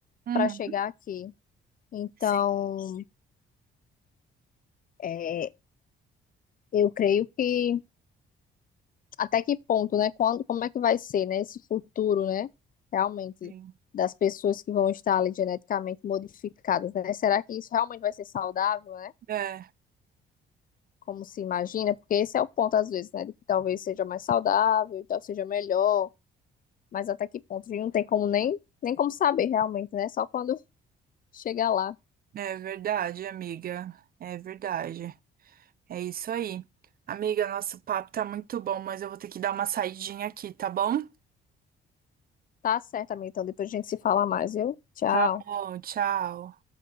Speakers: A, on the right; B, on the left.
A: Uhum.
B: para chegar aqui. Então,
A: Sim.
B: É, eu creio que até que ponto, né? Quando, como é que vai ser, né? Esse futuro, né? Realmente
A: Sim.
B: das pessoas que vão estar ali geneticamente modificadas, né? Será que isso realmente vai ser saudável, né?
A: É,
B: Como se imagina? Porque esse é o ponto às vezes, né? De que talvez seja mais saudável, talvez seja melhor, mas até que ponto? A gente não tem como nem nem como saber realmente, né? Só quando chegar lá.
A: é verdade, amiga. É verdade. É isso aí. Amiga, nosso papo tá muito bom, mas eu vou ter que dar uma saidinha aqui, tá bom?
B: Tá certo, amiga. Então depois a gente se fala mais, viu? Tchau.
A: Tá bom, tchau.